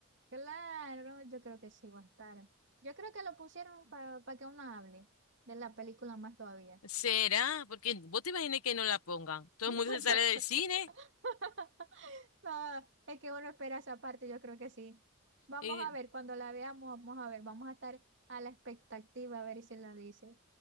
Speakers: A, on the right (about 55°); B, on the left (about 80°).
A: Claro, yo creo que sí va a estar. Yo creo que lo pusieron para que uno hable de la película más todavía.
B: ¿Será?
A: <laughs>
B: Porque vos te imaginas que no la pongan. Todo
A: No,
B: el mundo se sale
A: yo.
B: del cine.
A: <laughs> No, es que uno espera esa parte, yo creo que sí. Vamos
B: Y
A: a ver, cuando la veamos, vamos a ver, vamos a estar a la expectativa a ver si la dice.